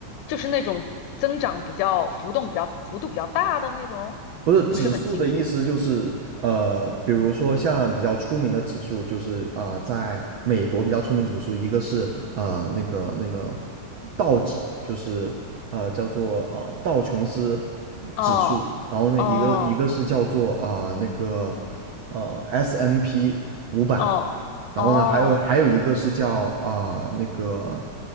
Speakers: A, on the left; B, on the right.
A: 就是那种增长比较浮动比较幅度比较大的那种，
B: 不是指数的意思，
A: 我不是很清楚。
B: 就是呃，比如说像比较出名的指数，就是啊、呃在美国比较出名指数，一个是呃那个那个道指，就是呃叫做呃道琼斯
A: 哦
B: 指数，然后呢一个一个是叫做啊、
A: 哦。
B: 呃那个呃 S M P 五百，
A: 哦哦
B: 然后呢还有还有一个是叫啊、呃那个